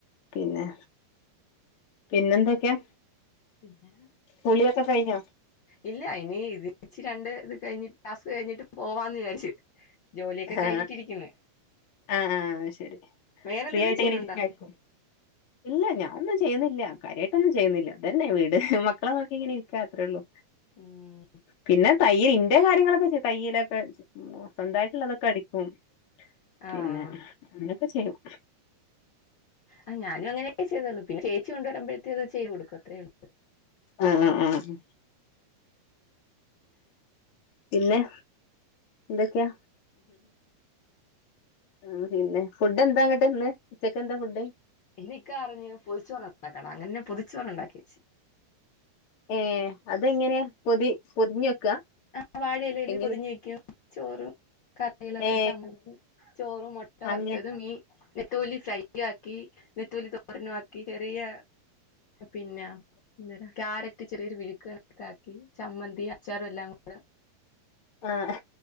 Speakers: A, on the left; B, on the left.
A: പിന്നെ പിന്നെന്തൊക്കെയാ
B: പിന്നെ
A: കുളിയൊക്കെ കൈയിഞ്ഞോ
B: ഇല്ല ഇനി ഇതിച്ച് രണ്ട് ഇത് കഴിഞ്ഞിട്ട് ടാസ്ക് കഴിഞ്ഞിട്ട് പോവാന്ന് വിചാരിച്ചു ജോലിയൊക്കെ
A: ആ
B: കഴിഞ്ഞിട്ടിരിക്കുന്നു
A: ആ ആ ശരി
B: വേറെ
A: ഫ്രീ
B: എന്തെങ്കിലും
A: ആയിട്ട്
B: ചെയ്യുന്നുണ്ടോ
A: ഇങ്ങനെ ഇരിക്കായിരിക്കും ഇല്ല ഞാനൊന്നും ചെയ്യുന്നില്ല കാര്യായിട്ടൊന്നും ചെയ്യുന്നില്ല ഇതന്നേ വീട് മക്കളെനോക്കി ഇങ്ങനെ ഇരി ക്കുക അത്രേയുള്ളൂ
B: ഉം
A: പിന്നെ തയ്യലിന്റെ കാര്യങ്ങളൊക്കെ ചെയ്യും തയ്യലൊക്കെ സ്വന്തായിട്ടുള്ളതൊക്കെ അടിക്കും
B: ആഹ്
A: പിന്നെ അങ്ങനൊക്കെചെയ്യും
B: ആഹ് ഞാനും അങ്ങനൊക്ക ചെയ്തോളൂ പിന്നെ ചേച്ചികൊണ്ട് വരുമ്പഴത്തേനത് ചെയ്ത്കൊടുക്കും അത്രേയുള്ളൂ
A: ആഹ് ആഹ് ആഹ് പിന്നെ എന്തൊക്കെയാ ആഹ് പിന്നെ ഫുഡന്താങ്ങട്ടിന്ന് ഉച്ചക്ക് എന്താഫുഡ്
B: ഇന്ന് ഇക്കാ പറഞ്ഞ് പൊതിച്ചോറുണ്ടാക്കണം അങ്ങനെ ഞാൻ പൊതുച്ചോറുണ്ടാക്കിവെച്ച്
A: ഏഹ് അതെങ്ങനെയാ പൊതി പൊതിഞ്ഞ് വെക്കാ
B: ആഹ് വാഴയിലേല്
A: എങ്ങനെ
B: പൊതിഞ്ഞ് വെക്കും ചോറും ക ളൊക്കെ
A: ഏ
B: ചമ്മന്തി ചോറും മൊട്ടവറത്തതും
A: അങ്ങെ
B: മീ നെത്തോലി ഫ്രൈയാക്കി നെത്തോലി തോരനുംആക്കി ചെറിയ പിന്നെ ഇന്നതാ ക്യാരറ്റ് ചെറിയൊരു മെഴുക്കൊക്കെ ആക്കി ചമ്മന്തി അച്ചാറുഎല്ലാം കൂ <unintelligible>
A: ആഹ്